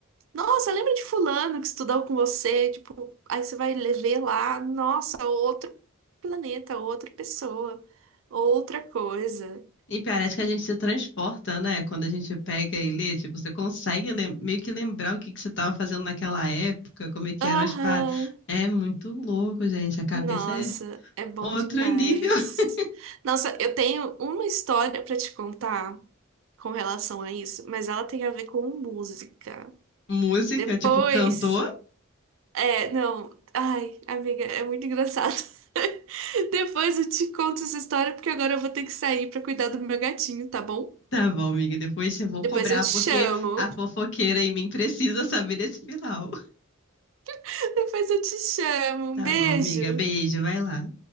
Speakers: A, on the right; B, on the left.
A: nossa, lembra de fulano que estudou com você? Tipo, aí você vai le- ver lá, nossa, outro planeta, outra pessoa, outra coisa.
B: E parece que a gente se transporta, né? Quando a gente pega e lê, tipo, você consegue lem- meio que lembrar o que que você estava fazendo naquela época, como é que
A: Aham.
B: eram as paradas. É muito louco, gente. A cabeça
A: Nossa,
B: é
A: é bom
B: outro
A: demais.
B: nível. <laughs>
A: Nossa, eu tenho uma história pra te contar com relação a isso, mas ela tem a ver com música.
B: Música,
A: Depois,
B: tipo, cantor?
A: é, não, ai, amiga, é muito engraçado. <laughs> Depois eu te conto essa história porque agora eu vou ter que sair pra cuidar do meu gatinho, tá bom?
B: Tá bom, amiga. Depois eu vou
A: Depois
B: cobrar,
A: eu te
B: porque
A: chamo.
B: a fofoqueira em mim precisa saber desse final. <laughs>
A: <laughs> Depois eu te chamo.
B: Tá
A: Um beijo.
B: bom, amiga. Beijo, vai lá.